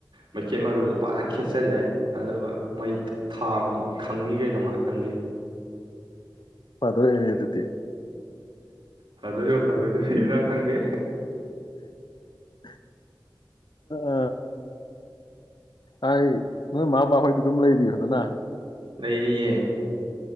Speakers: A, on the right (about 70°); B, on the left (about 60°).
A: ꯃꯩꯈꯦꯠ ꯃꯔꯨꯗꯣ ꯄꯨꯔ ꯈꯦꯠꯆꯜꯂꯦ ꯑꯗꯨꯒ ꯃꯩ ꯊꯥꯕꯅꯤ ꯈꯪꯅꯤ ꯀꯩꯅꯣ ꯉꯥꯏꯍꯥꯛꯇꯪꯗꯤ
B: ꯐꯗꯣꯏꯅꯦ ꯑꯗꯨꯗꯤ
A: ꯐꯗꯣꯏꯔ ꯐꯔꯣꯏꯗꯣꯏꯕ꯭ꯔꯥ ꯈꯪꯗꯦ
B: ꯑ ꯑ ꯑꯩ ꯅꯣꯏ ꯃꯥꯃ ꯃꯥꯍꯣꯏꯗꯤ ꯑꯗꯨꯝ ꯂꯩꯔꯤ ꯍꯗꯅ
A: ꯂꯩꯔꯤꯌꯦ